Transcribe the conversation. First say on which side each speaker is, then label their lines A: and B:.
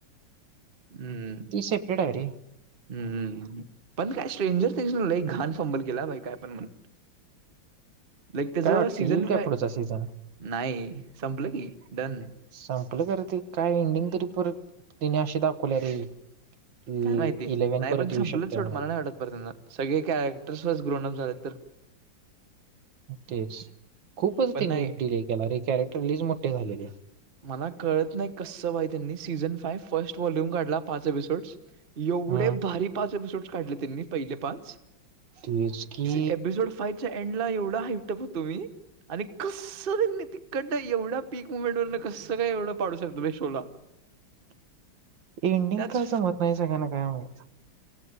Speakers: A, on the right; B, on the right.
A: हम्म
B: ती सेपरेट आहे रे
A: हम्मम् पण काय स्ट्रेंजर ते, घाण फंबल केला भाई काय पण म्हण. लाइक त्याचं
B: काय वाटत
A: सीझन
B: येईल काय पुढचा सीझन.
A: नाही, संपलं की. डन.
B: संपलं ख ते काय एंडिंग तरी परत, त्यानीं अशी दाखवल्या रे. की
A: काय माहिती
B: इलेव्हन
A: नाही
B: परत
A: पण
B: येऊ
A: संपलं
B: शकते
A: सोडं
B: म्हणून
A: मला नाही वाटत पर त्यांना सगळे कॅरेक्टर्स व ग्रोनप झालेत तर.
B: तेच खूपच
A: पण
B: त्यानी
A: नाही
B: डिले केला रे कॅरेक्टर लइच मोठे झालेले.
A: मला कळत नाही कससं भाई त्यांनी सीझन फाइव्ह फर्स्ट वॉल्यूम काढला पाच एपिसोड्स एवढे
B: हम्म
A: भारी पाच एपिसोड्स काढ त्यांनी पहिले पाच.
B: तेच की
A: एड ला एवढा हाफट होतुम्ही. आणि कसं त्यांनी तिकड एवढ्या पीक मुमेंट व कसं काय एवढं पाडू शकतात म शोला.
B: <unintelligible> एंडिंग
A: त्याच
B: का जमत नाही सगळ्यांना काय म्हणायचं.